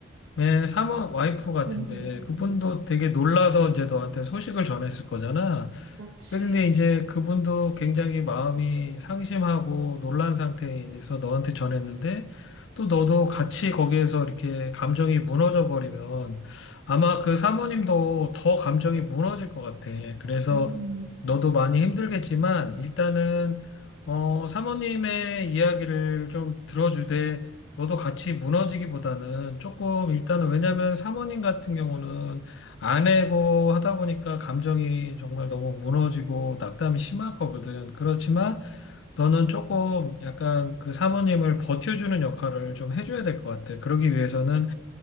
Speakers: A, on the left; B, on the right.
A: 내 사마 와이프 같은데
B: 음,
A: 그분도 되게 놀라서 이제 너한테 소식을 전했을 거잖아.
B: 그렇지.
A: 근데 이제 그분도 굉장히 마음이 상심하고 놀란 상태에서 너한테 전했는데 또 너도 같이 거기에서 이렇게 감정이 무너져 버리면 아마 그 사모님도 더 감정이 무너질 것 같아. 그래서
B: 음,
A: 너도 많이 힘들겠지만 일단은 어, 사모님의 이야기를 좀 들어주되 너도 같이 무너지기보다는 조금 일단은 왜냐면 사모님 같은 경우는 안 해고 하다 보니까 감정이 정말 너무 무너지고 낙담이 심할 거거든. 그렇지만 너는 조금 약간 그 사모님을 버텨주는 역할을 좀 해줘야 될 것 같아. 그러기 위해서는